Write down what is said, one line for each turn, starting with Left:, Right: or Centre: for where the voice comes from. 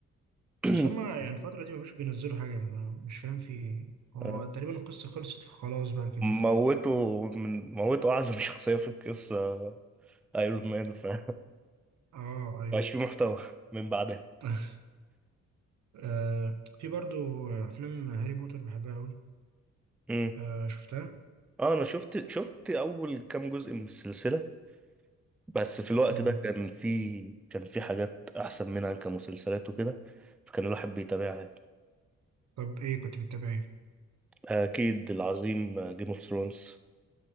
Centre: <clears throat>
Right: بس هما يعني الفتره دي ما بقوش بينزلوا حاجه أنا مش فاهم في ايه هو
Centre: آه،
Right: تقريبا القصه خلصت فخلاص بقى كده
Centre: موته من موته أعظم <laughs> شخصية في القصة ايرون مان فمبقاش
Right: اه ايوه
Centre: <laughs> في محتوى من بعدها
Right: <laughs> آه في برضو افلام هاري بوتر بحبها قوي
Centre: مم.
Right: آه شفتها
Centre: اه انا شفت شفت اول كام جزء من السلسلة بس في الوقت
Right: اه
Centre: ده كان في كان في حاجات احسن منها كمسلسلات وكده فكان الواحد بيتابعها
Right: طب ايه كنت بتتابع ايه
Centre: أكيد العظيم جيم اوف ثرونز